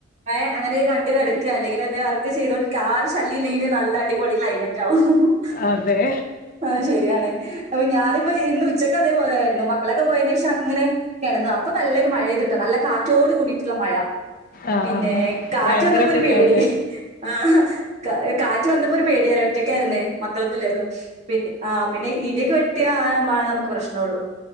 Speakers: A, on the right; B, on the left.
A: ഏഹ് അങ്ങനെയൊക്കെ കണ്ട് കെടക്കാ അല്ലെങ്കി ല് വർക്ക് ചെയ്തോണ്ടിരിക്ക ആർക്കും ശല്യം ഇല്ലെങ്കിൽ നല്ല അടിപൊളി ക്ലൈമറ്റ് ആകും
B: അതെ
A: അതു ശരിയാണ് അപ്പൊ ഞാനിപ്പ ഇന്ന് ഉച്ചക്ക് അതേ പോലായിരുന്നു മക്കളൊക്കെ പോയതിന് ശേഷം അങ്ങനെ കിടന്ന് അപ്പൊ നല്ലൊരു മഴ പെയ്തട്ടോ നല്ല കാറ്റോട് കൂടിയിട്ടുള്ള മഴ
B: ആഹ്
A: പിന്നെ
B: ആഹ്
A: കാറ്റ്
B: ഭയങ്കര
A: വന്നപ്പോ
B: ഫീലാവൂലേ
A: ഒരു പേടി ആഹ് കാ കാറ്റ് വന്നപ്പോ ഒരു പേടിയാണ് ഒറ്റയ്ക്കായിരുന്നേ മക്കളൊന്നും ഇല്ലായിരുന്നു. പിന്നെ ആഹ് പിന്നെ ഇടിയൊക്കെ വെട്ടിയാ അപ്പാണ് നമുക്ക് പ്രശ്നം ഉള്ളൂ